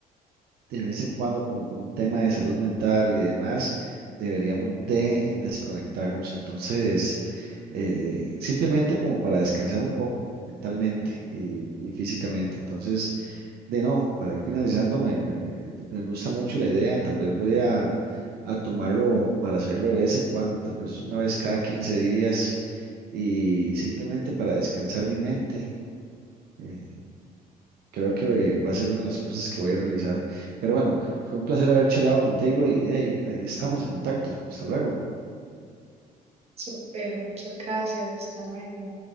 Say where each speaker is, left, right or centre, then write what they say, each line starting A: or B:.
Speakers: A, on the right; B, on the right.
A: de vez en cuando, como por un tema de salud mental y demás, deberíamos de desconectarnos. Entonces, eh, simplemente como para descansar un poco mentalmente y, y físicamente. Entonces, de no, para ir finalizando, me, me, me gusta mucho la idea. Tal vez voy a, a tomarlo para hacerlo de vez en cuando, tal vez una vez cada 15 días y simplemente para descansar mi mente. Eh, creo que eh, va a ser una de las cosas que voy a realizar. Pero bueno, fue un placer haber charlado contigo y de ahí ahí estamos en contacto. Hasta luego.
B: Súper, muchas gracias, hasta luego.